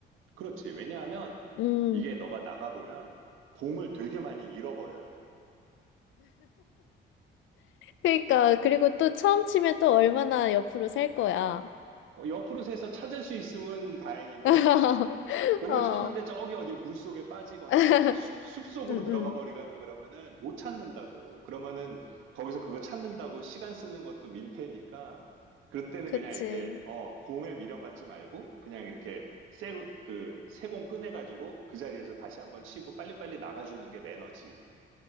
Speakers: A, on the right (about 85°); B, on the left (about 75°).
A: 그렇지. 왜냐하면
B: 음.
A: 이게 너가 나가보면 공을 되게 많이 잃어버려요.
B: 그러니까, 그리고 또 처음 치면 또 얼마나 옆으로 셀 거야.
A: 어, 옆으로 새서 찾을 수 있으면 다행인데
B: <laughs>
A: 공을
B: 어.
A: 쳤는데 저기 어디 물속에 빠지거나
B: <laughs>
A: 어디 숲, 숲속으로
B: 응,
A: 들어가
B: 응.
A: 버리거나 그러면은 못 찾는다고. 그러면은 거기서 그거 찾는다고 시간 쓰는 것도 민폐니까 그럴 때는
B: 그치.
A: 그냥 이렇게 어, 공에 미련 갖지 말고 그냥 이렇게 새, 그, 새공 꺼내가지고 그 자리에서 다시 한번 치고 빨리빨리 나가주는 게 매너지.